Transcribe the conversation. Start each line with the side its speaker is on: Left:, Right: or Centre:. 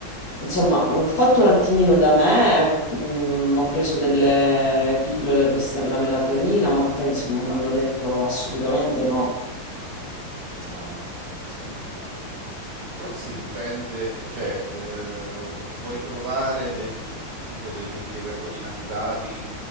Left: Insomma, ho fatto un attimino da me, mm, ho preso delle pillole, questa è la melatonina, ma poi insomma mi hanno detto assolutamente no.
Right: No, ma forse non. Forse dipende, cioè eh, puoi provare de- tipo degli integratori naturali